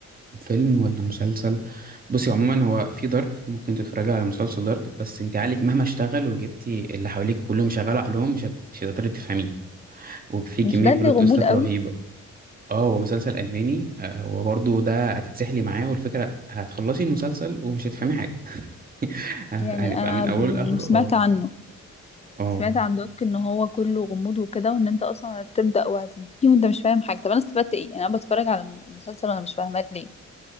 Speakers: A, on the right; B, on the left.
A: فيلم ولا مسلسل بصي عموما هو في دارك ممكن تتفرجي على مسلسل دارك بس انت عقلك مهما اشتغل وجبتي اللي حواليك كلهم شغال عقلهم مش هت- مش هتقدري تفهميه وفي كمية
B: مش ده
A: بلوت
B: اللي غموض
A: تويستات
B: قوي
A: رهيبة اه هو مسلسل ألماني آه هو برضه ده هتتسحلي معاه والفكرة هتخلصي المسلسل ومش هتفهمي حاجة <laughs> هنبقى
B: يعني انا
A: من أوله
B: ب-
A: لآخره
B: سمعت
A: اه
B: عنه
A: اه
B: سمعت عن دوك ان هو كله غموض وكده وان انت اصلا هتبدا وهتنتهي وانت مش فاهم حاجه طب انا استفدت ايه يعني انا بتفرج على مسلسل وانا مش فاهمه ليه